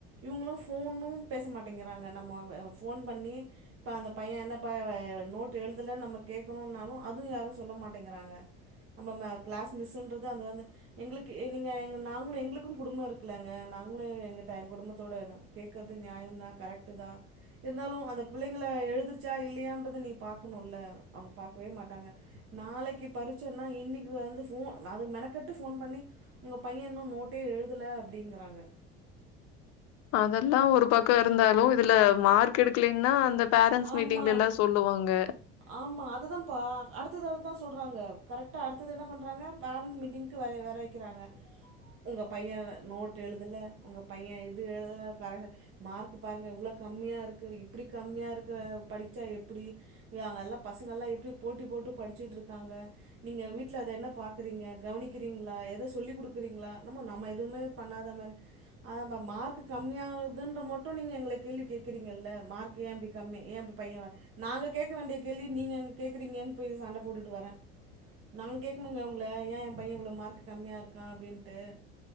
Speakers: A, on the right (about 45°); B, on the left (about 50°).
A: இவங்களும் போனும் பேச மாட்டேங்கிறாங்க நம்ம போன் பண்ணி அந்த பையன் என்ன நோட் எழுதல நம்ம கேக்கணும்னாலும் அதுவும் யாரும் சொல்ல மாட்டேங்கிறாங்க நம்ம கிளாஸ் மிஸ்ஸன்றது அந்த வந்து எங்களுக்கு நீங்கள் எங்கள் நாங்களும் எங்களுக்கும் குடும்பம் இருக்குலலைங்க நாங்களும் எங்கிட்ட எங்கள் குடும்பத்தோடு கேட்கறது நியாயம தான் கரெக்டு தான் இருந்தாலும் அந்த பிள்ளைங்கள எழுதிருச்சா இல்லையான்றது நீ பாக்கணும்ல அவங்க பாக்கவே மாட்ட நாளைக்கு பரீட்சனா இன்னைக்கு வந்து போன் அத மெனக்கொட்டு உங்க பையன் இன்னும் நோட்டே எழுதல அப்டிங்கிறாங்க
B: அதெல்லாம் ஒரு பக்கம் இருந்தாலும் இதுல மார்க் எடுக்கலன்னா அந்த பேரண்ட்ஸ்
A: ஆமா
B: மீட்டிங்ல எல்லா சொல்லுவாங்க.
A: ஆமா அத தான்பா அடுத்தது சொல்றாங்க கரெக்டா அடுத்த என்ன பண்றாங்க பேரண்ஸ் மீட்டிங்கு வர வக்கிறாங்க உங்க பையன் நோட் எழுதல உங்க பையன் இது எழுதல மார்க் பாருங்க இவ்வளோ கம்மியாக இருக்கு இப்படி கம்மியாக இருக்கு படிச்சா எப்படிங்க எல்லாம் பசங்க எல்லாம் எப்படி போட்டி போட்டு படிச்சுட்டு இருக்காங்க நீங்க வீட்டில் அதை என்ன பாக்றீங்க கவனிக்கிறீங்களா எதை சொல்லிக் கொடுக்கறீங்களம நம்ம எதுவுமே பண்ணாத மாதிரி மார்க் கம்மியாகதுன்ற மட்டும் நீங்க எங்களை கேள்வி கேக்குறீங்கல மார்க் ஏன் கம்மி ஏன் இப்போ பையன் நாங்கள் கேட்க வேண்டிய கேள்வி நீங்கள் அங்கே கேட்குறீங்கன்னு போய் சண்டை போட்டுட்டு வரேன் நாங்கள் கேட்கணுங்க உங்களை ஏன் என் பையன் இவ்வளோ மார்க் கம்மியாக இருக்கான் அப்படின்ட்டு